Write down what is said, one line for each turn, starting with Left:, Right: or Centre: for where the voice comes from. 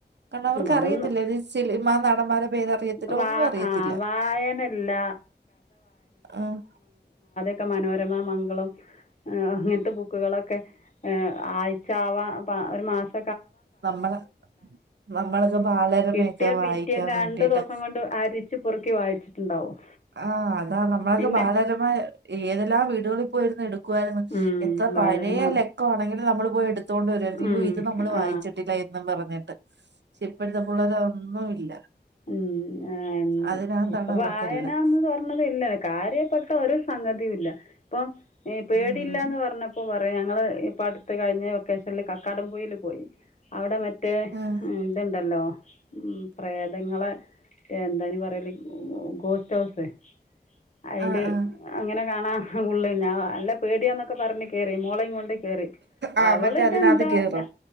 Right: കാരണം അവർക്ക്
Left: അതൊന്നും
Right: അറിയത്തില്ല സിനിമ നടാന്മാരെടെ പേര് അറിയത്തില്ല
Left: വാ
Right: ഒന്നും അറിയത്തില്ല
Left: ആ വായന ഇല്ല
Right: ആഹ്
Left: ഒക്കെ മനോരമ മംഗളം അങ്ങനത്തെ ബുക്കുകളൊക്കെ ആഴ്ച്ച യാവാൻ ഒരു മാസം
Right: നമ്മളെ നമ്മളക്കെ ബാലരമയൊക്കെ
Left: കിട്ടിയ
Right: വായിക്കാൻ
Left: പിറ്റേന്ന്
Right: വേണ്ടിട്ട്
Left: രണ്ട് ദിവസം കൊണ്ട് അരിച്ച് പെറുക്കി വായിച്ചിട്ടുണ്ടാവും
Right: ആഹ് അതാ നമ്മളൊക്കെ
Left: പിന്നെ
Right: ബാലരമ ഏതെല്ലാം വീടുകളിപ്പോയിരുന്നു എടുക്കു വാരുന്നു
Left: ഉം
Right: എത്ര
Left: ബാലരമ
Right: പഴയ ലക്കം ആണെങ്കിലും നമ്മളെ പോയി എടുത്തോണ്ട് വരുവാരുന്നു
Left: ഉം
Right: ഇയ്യോ ഇത് നമ്മൾ
Left: ആ
Right: വായി- <unintelligible> എന്നും പറഞ്ഞ് ക്ഷെ ഇപ്പോഴത്ത പുള്ളര ഒന്നും ഇല്ല.
Left: ഉം ആഹ്
Right: അതിനകത്താണ്
Left: ഇപ്പൊ വായനന്ന്
Right: അവർക്കെല്ലാം
Left: പറഞ്ഞതില്ല കാര്യപെട്ട ഒരു സംഗതിയുല്ല ഇപ്പൊ പേടില്ലാന്ന്
Right: ഉം
Left: പറന്നപ്പോ പ ഞങ്ങള് ഇപ്പ അടുത്ത് കഴിഞ്ഞ വൊക്കേഷനില് കക്കാടംപുയിൽ പോയി അവടെ മെ - റ്റേ
Right: ആഹ്
Left: ഇത്ണ്ടല്ലോ. ഉം പ്രേ തങ്ങളെ എന്തായിന് പറയല് ഗോസ്റ്റ് ഹൗസ്. അയില്
Right: ആഹ് ആഹ്
Left: അങ്ങനെ കാണാ ഉള്ളൂ ഞാ ല്ല പേടിയാന്നൊക്കെ പറഞ് കേറി മോളേം കൊണ്ട് കേറി
Right: ആഹ്
Left: അവള്
Right: മറ്റേ
Left: ഇതെന്താ
Right: അതിനകത്ത് കേറും
Left: ഞ